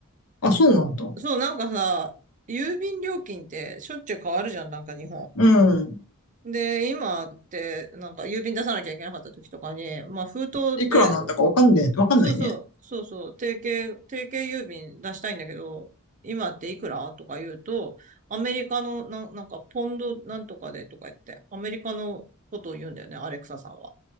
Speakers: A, on the left; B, on the right.
A: あ、そうなんだ。
B: そう、なんかさ、郵便料金ってしょっちゅう変わるじゃん、なんか日本。
A: うん。
B: で、今って、なんか郵便出さなきゃいけなかった時とかに、まあ封筒で、
A: いくらなんだかわかんねえ、わかんないね。
B: そうそう、そうそう、定型、定型郵便出したいんだけど、今っていくらとか言うと、アメリカのな、なんかポンドなんとかでとか言って、アメリカのことを言うんだよね、アレクサさんは。